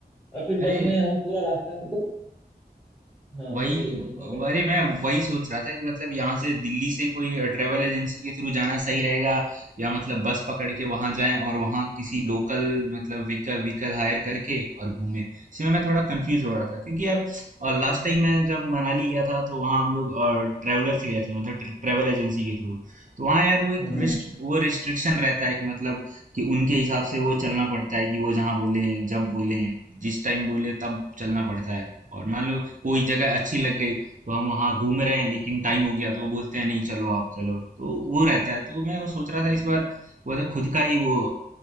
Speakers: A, in the centre; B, on the right.
A: और फिर बस
B: अरे
A: में हम पूरा रास्ता मतलब हाँ
B: वही
A: बताइए बताइए क्या करते
B: अरे
A: हैं आप?
B: मैं वही सोच रहा था कि मतलब यहाँ से दिल्ली से कोई ट्रेवल एजेंसी के थ्रू जाना सही रहेगा या मतलब बस पकड़ के वहां जाएं और वहां किसी लोकल मतलब व्हीकल व्हीकल हायर करके और घूमें इसमें मैं थोड़ा कंफ्यूज हो रहा था क्योंकि यार और लास्ट टाइम मैं जब मनाली गया था तो वहाँ हम लोग और ट्रैवलर से गए थे मतलब ट्र- ट्रैवल एजेंसी के थ्रू तो वहाँ यार वो एक
A: हम्म हम्म
B: रिस्ट, वो रिस्ट्रिक्शन रहता है कि मतलब कि उनके हिसाब से वो चलना पड़ता है कि वो जहाँ बोले जब बोले जिस टाइम बोले तब चलना पड़ता है और मान लो कोई जगह अच्छी लग गई तो हम वहाँ घूम रहे हैं लेकिन टाइम हो गया तो वो बोलते हैं नहीं चलो आप चलो तो वो रहता है तो मैं वो सोच रहा था इस बार वो तो खुद का ही वो